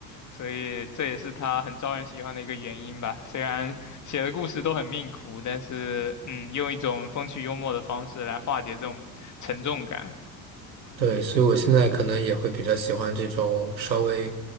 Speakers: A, on the left; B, on the right.
A: 所以这也是他很招人喜欢的一个原因吧。虽然写的故事都很命苦，但是嗯，用一种风趣幽默的方式来化解这种沉重感。
B: 对，所以我现在可能也会比较喜欢这种稍微